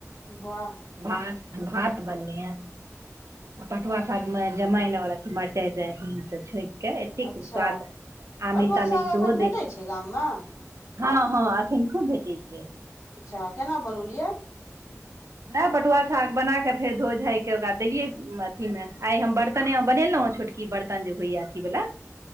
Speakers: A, on the left (about 75°); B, on the right (about 65°).
A: वाह
B: भात भात बनले हैं। आ पटुआ सागमे जमाइन और अथी मरचाई से छौंक के एत्तेक
A: अच्छा
B: स्वाद आमिल
A: पटुआ
B: तामिल
A: साग
B: सेहो
A: एखन भेटै
B: देल
A: छै गाममे
B: हँ हँ अखैन खूब भेटै छै।
A: अच्छा केना बनौलियै
B: वैह पटुआ साग बना कऽ फेर धोइ धाायऽ ओकरा देलियै अथीमे आइ हम बर्तनेमे बनेलहुँ हॅं छोटकी बर्तन जे होइए अथी बला